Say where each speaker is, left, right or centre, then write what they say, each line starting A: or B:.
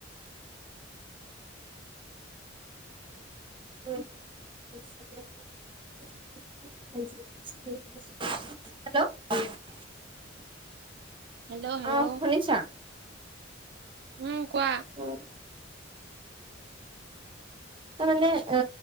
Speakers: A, on the right; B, on the right.
A: হেল্ল',
B: হেল্ল' হেল্ল',
A: অ শুনিছা
B: উম কোৱা।
A: অ। তাৰ মানে এ